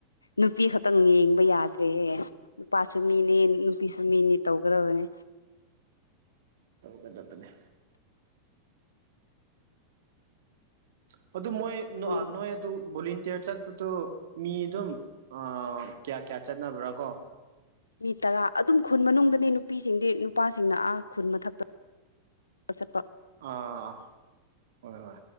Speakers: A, on the left; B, on the right.
A: ꯅꯨꯄꯤ ꯈꯛꯇꯪ ꯌꯦꯡꯕ ꯌꯥꯗ꯭ꯔꯦ ꯅꯨꯄꯥꯁꯨ ꯃꯤꯅꯤ ꯄꯤꯁꯨ ꯃꯤꯅꯤ ꯇꯧꯒꯗꯕꯅꯦ
B: ꯇꯧꯒꯗꯕꯅꯦ <inaudible> ꯑꯗꯨ ꯃꯣꯏ
A: ꯑꯩꯈꯣꯏ
B: ꯅ ꯅꯣꯏ ꯑꯗꯨ ꯕꯨꯂꯤꯡ ꯇꯦꯔ ꯆꯠꯄꯗꯨ ꯃꯤ ꯑꯗꯨꯝ ꯑꯥ ꯀꯌꯥ ꯀꯌꯥ ꯆꯠꯅꯕ꯭ꯔꯥ ꯀꯣ
A: ꯃꯤ ꯇꯔꯥ ꯑꯗꯨꯝ ꯈꯨꯟ ꯃꯅꯨꯡꯗꯅꯤ ꯅꯨꯄꯤꯁꯤꯡꯗꯤ ꯅꯨꯄꯥꯁꯤꯡꯅ ꯑꯥ ꯈꯨꯟ ꯃꯊꯛꯇ ꯆꯠꯄ
B: ꯑꯥ ꯑꯥ ꯍꯣꯏ ꯍꯣꯏ